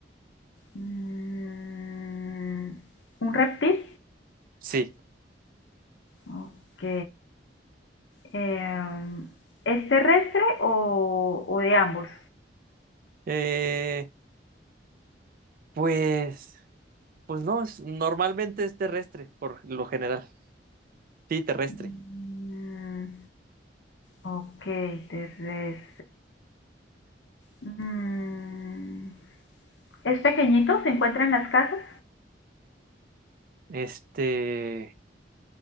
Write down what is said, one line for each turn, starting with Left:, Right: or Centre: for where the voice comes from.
Left: Mm, ¿Un reptil?
Right: sí.
Left: Ok. em, ¿es terrestre o, o de ambos?
Right: Eh, pues, pues no, es- normalmente es terrestre, por lo general. Sí, terrestre.
Left: Mm, Ok, terrestre. Mm, ¿Es pequeñito? ¿Se encuentra en las casas?
Right: Este...